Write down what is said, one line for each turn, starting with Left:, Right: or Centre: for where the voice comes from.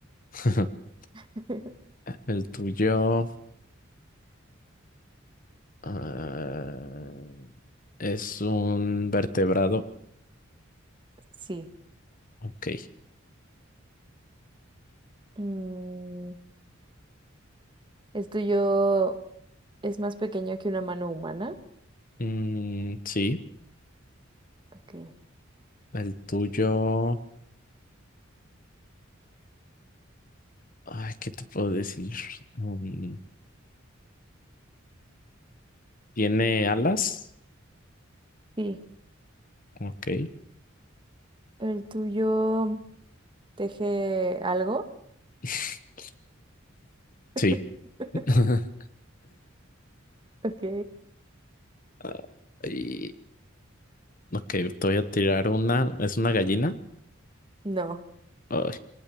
Left: <laughs>
Right: <laughs>
Left: ¿El tuyo ah, es un vertebrado?
Right: Sí.
Left: Ok.
Right: Mm, el tuyo es más pequeño que una mano humana.
Left: Mm, sí.
Right: Ok,
Left: ¿El tuyo... Ay, ¿qué te puedo decir? Mm, ¿tiene alas?
Right: sí.
Left: Ok.
Right: El tuyo teje algo.
Left: <laughs>
Right: <laughs>
Left: Sí. <laughs>
Right: Ok,
Left: <laughs> Y, ok, te voy a tirar una. ¿Es una gallina?
Right: no.
Left: Ay,